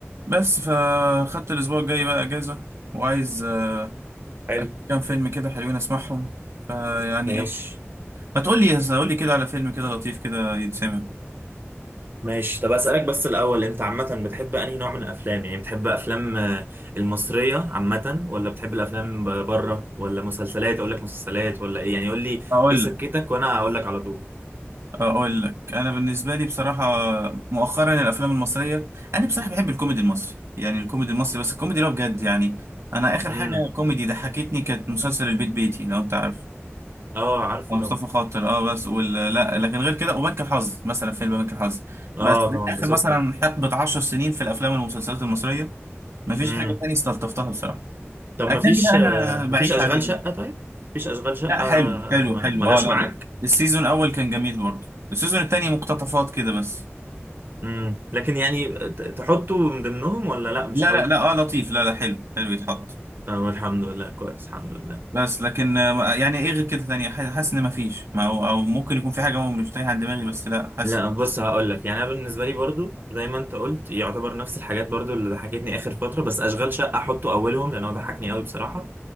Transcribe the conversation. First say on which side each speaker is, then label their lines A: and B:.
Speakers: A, on the right (about 75°); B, on the right (about 45°).
A: بس فخدت الأسبوع الجاي بقى أجازة وعايز آه،
B: حلو
A: أشوف كام فيلم كده حلوين أسمعهم فيعني
B: ماشي
A: إيه، ما تقول لي قول لي كده على فيلم كده لطيف كده يتسمع
B: ماشي طب اسالك بس الاول انت عامه بتحب انهي نوع من الافلام يعني بتحب افلام آه، المصريه عامه ولا بتحب الافلام ب- بره ولا مسلسلات اقول لك مسلسلات ولا ايه يعني قول لي
A: أقول
B: ايه سكتك
A: لك
B: وانا هقول لك على طول
A: أقول لك أنا بالنسبة لي بصراحة مؤخرا الأفلام المصرية أنا بصراحة بحب الكوميدي المصري يعني الكوميدي المصري بس الكوميدي اللي هو بجد يعني أنا آخر
B: امم
A: حاجة كوميدي ضحكتني كانت مسلسل البيت بيتي لو أنت عارف
B: اه عارفه
A: اه مصطفى
B: طبعا
A: خاطر اه بس وال... لا لكن غير كده وبنك الحظ مثلا فيلم بنك الحظ
B: اه
A: بس
B: طبعا
A: من اخر
B: ده سكر
A: مثلا حقبه 10 سنين في الافلام والمسلسلات المصريه مفيش
B: امم
A: حاجه تانية استلطفتها بصراحه
B: طب
A: اجنبي
B: ما فيش
A: بقى
B: آه،
A: انا بعيش
B: ما فيش اشغال
A: عليه
B: شقه طيب مفيش اشغال شقه
A: لا حلو حلو
B: ما
A: حلو
B: ما
A: اه
B: جاش
A: لا
B: معاك
A: السيزون الاول كان جميل برضه السيزون التاني مقتطفات كده بس
B: امم لكن يعني ت- تحطه من ضمنهم ولا لا مش
A: لا
B: قوي
A: لا لا اه لطيف لا لا حلو حلو يتحط
B: طب الحمد لله كويس الحمد لله
A: بس لكن آه، ما- يعني ايه غير كده تانية ح- حاسس ان مفيش ما هو او ممكن يكون في حاجه هو مش تايه عن دماغي بس لا حاسس
B: لا بص هقول لك يعني انا بالنسبه لي برضو زي ما انت قلت يعتبر نفس الحاجات برضو اللي ضحكتني اخر فتره بس اشغال شقه احطه اولهم لان هو ضحكني قوي بصراحه